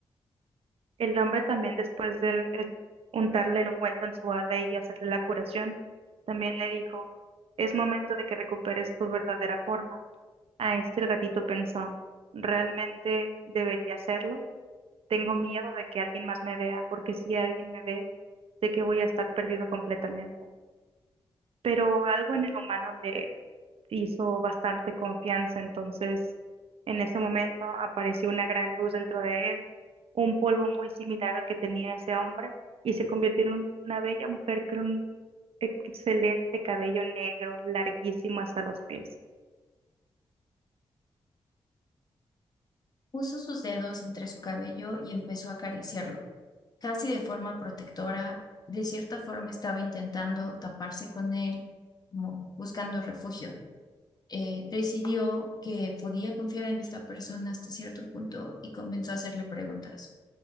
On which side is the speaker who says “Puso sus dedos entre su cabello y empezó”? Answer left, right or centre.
Left